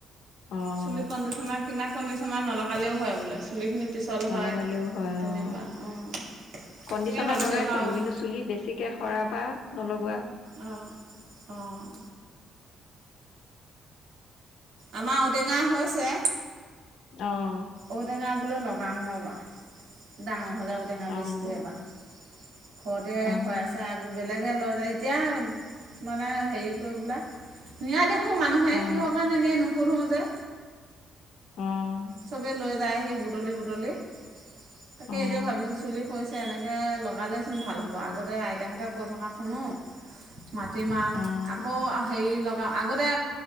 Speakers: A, on the left (about 80°); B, on the right (about 80°).
A: অঁ
B: চুলিৰ কনডিচনাৰ কিনা কণ্ডিচনাৰ নলগালেও হয় বোলে চুলিখিনি পিছল
A: নলগালেও
B: হয়।
A: হয়
B: তেনেকুৱা
A: অ',
B: অঁ
A: কণ্ডিচনাৰ
B: তাকে ভাবিছোঁ
A: লগাইছিলো
B: এইবাৰ আৰুতে
A: কিন্তু চুলি বেছিকে সৰাৰ পৰা নলগাও।
B: অ' অ'। আমাৰ ঔটেঙা হৈছে।
A: অঁ
B: ঔটেঙা বোলে ল লগাম ৰবা ডাঙৰ নহ'লে ঔটেঙা বীজটোৱ
A: অঁ
B: এবাৰ ঘৰতে
A: অঁ
B: হৈ আছে আৰু বেলেগে লয়। এতিয়া মানে হেৰি কৰিব বোলে নিয়াদ মানুহে
A: অঁ
B: কিহৰ কাৰণে নিয়ে নো নুসোধো যে
A: অ'
B: চবেই লৈ যায় আহি বুটলি বুটলি। তাকে
A: অঁ
B: এতিয়া ভাবিছো চুলি সৰিছে। এনেকৈ লগালেচোন ভাল হ'ব, আগতে আইতাহঁতে কৈ থকা শুনো। মাটিমাহ,
A: অঁ
B: আকৌ হেৰি লগ আগতে